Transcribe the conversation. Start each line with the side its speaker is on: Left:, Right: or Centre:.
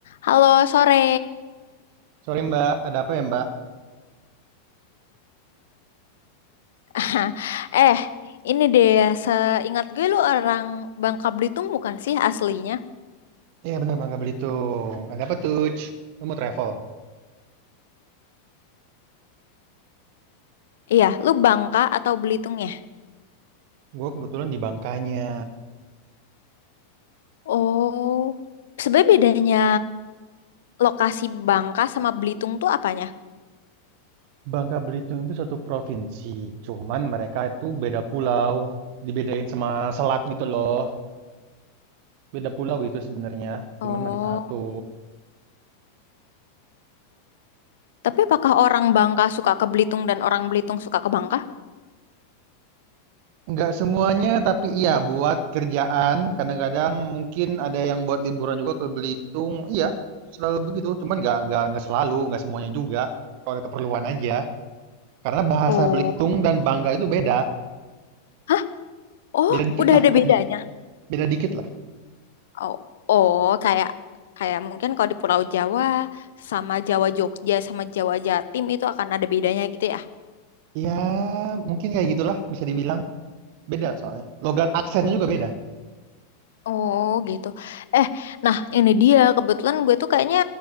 Left: Halo, sore.
Right: Sorry Mbak, ada apa ya Mbak?
Left: <laughs> Eh, ini deh, seingat gue lu orang Bangka Belitung bukan sih aslinya?
Right: Iya benar Bangka Belitung. Ada apa tuh? Lu mau travel?
Left: Iya, lu Bangka atau Belitung ya?
Right: Gue kebetulan di Bangkanya.
Left: Oh, sebenarnya bedanya lokasi Bangka sama Belitung tuh apanya?
Right: Bangka Belitung itu satu provinsi, cuman mereka itu beda pulau, dibedain sama selat gitu loh. Beda pulau itu sebenarnya,
Left: Oh,
Right: cuman masih satu.
Left: tapi apakah orang Bangka suka ke Belitung dan orang Belitung suka ke Bangka?
Right: nggak semuanya, tapi iya buat kerjaan. Kadang-kadang mungkin ada yang buat liburan juga ke Belitung. Iya, selalu begitu. Cuman nggak nggak nggak selalu, nggak semuanya juga. Kalau ada keperluan aja. Karena bahasa
Left: Oh,
Right: Belitung dan Bangka itu beda.
Left: hah? Oh,
Right: Beda dikit
Left: udah
Right: lah,
Left: ada
Right: beda
Left: bedanya.
Right: dikit. Beda dikit lah.
Left: Oh, oh, kayak kayak mungkin kalau di Pulau Jawa sama Jawa Jogja sama Jawa Jatim itu akan ada bedanya gitu ya?
Right: Ya, mungkin kayak gitulah bisa dibilang. Beda soalnya. Logat aksennya juga beda.
Left: Oh gitu. Eh, nah ini dia kebetulan gue tuh kayaknya